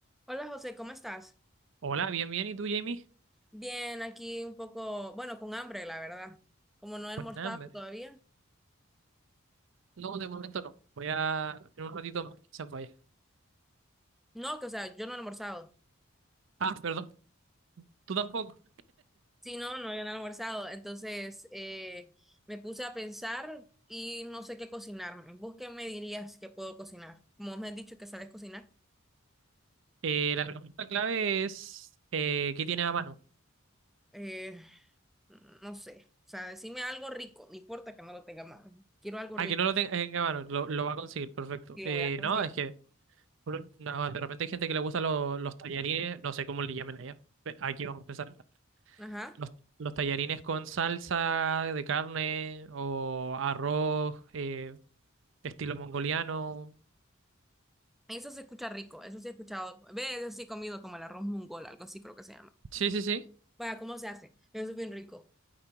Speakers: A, in the centre; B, on the right (about 60°).
A: Hola José, ¿cómo estás?
B: Hola, bien, bien. ¿Y tú, Jamie?
A: Bien, aquí un poco, bueno, con hambre, la verdad. Como no he almorzado
B: Con hambre.
A: todavía.
B: No, de momento no. Voy a... En un ratito más, quizás vaya.
A: No, que o sea, yo no he almorzado.
B: Ah, perdón. Tú tampoco.
A: Sí, no, no, yo no he almorzado. Entonces, eh, me puse a pensar y no sé qué cocinarme. ¿Vos qué me dirías que puedo cocinar? Como me has dicho que sabes cocinar,
B: Eh, la pregunta clave es... eh, ¿qué tienes a mano?
A: eh, no sé. O sea, decime algo rico, no importa que no lo tenga mal. Quiero algo
B: Ah,
A: rico
B: que no lo ten- tenga a mano. Lo, lo va a conseguir. Perfecto.
A: y
B: Eh,
A: lo voy a conseguir.
B: no, es que... no, de repente hay gente que le gusta lo- los tallarines. No sé cómo le llamen allá. Pe- Aquí vamos a empezar.
A: Ajá.
B: Los, los tallarines con salsa de carne o arroz, eh, estilo mongoliano.
A: Eso se escucha rico, eso sí he escuchado. Ve, eso sí he comido como el arroz mongol, algo así creo que se llama.
B: Sí, sí, sí.
A: Vaya, ¿cómo se hace? Eso es bien rico.